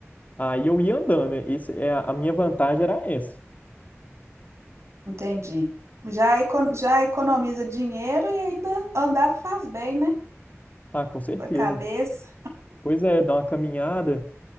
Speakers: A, on the left; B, on the right.
A: Aí eu ia andando, esse, é, a a minha vantagem era essa.
B: entendi. Já, eco- já economiza dinheiro e ainda andar faz bem, né?
A: Ah, com certeza.
B: Pra cabeça.
A: Pois é, dar uma caminhada.